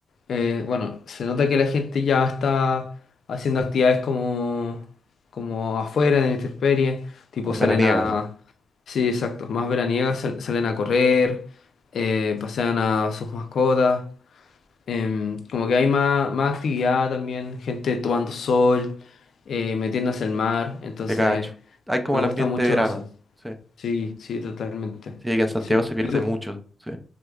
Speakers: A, on the left; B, on the right.
A: eh, bueno, se nota que la gente ya está haciendo actividades como, como afuera, en la intemperie, tipo
B: Como
A: salen
B: veraniegas,
A: a... Sí, exacto, más veraniegas, sal- salen a correr, eh, pasean a sus mascotas, em, como que hay más, más actividad también, gente tomando sol, eh, metiéndose al mar, entonces
B: de cacho. Hay como
A: me
B: el
A: gusta
B: ambiente
A: mucho
B: de verano.
A: eso.
B: Sí.
A: Sí, sí, totalmente.
B: Sí, que en Santiago
A: Sí.
B: se pierde
A: ¿Y tú?
B: mucho. Sí.